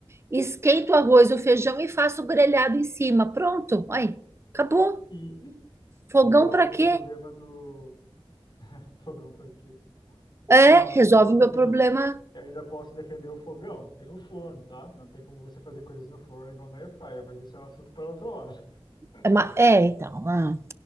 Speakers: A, on the right (about 25°); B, on the left (about 50°).
A: esquento o arroz e o feijão e faço o grelhado em cima. Pronto. Aí, acabou.
B: E
A: Fogão
B: resolve
A: para
B: o
A: quê?
B: seu problema do fogão foi aqui.
A: É,
B: Não,
A: resolve
B: eu ainda posso
A: meu
B: defender
A: problema.
B: o, eu ainda posso defender o fogão. Tem o forno, tá? Não tem como você fazer coisas no forno igual na airfryer, mas isso é um assunto para outra hora. <laughs>
A: É, ma- é, então. ah.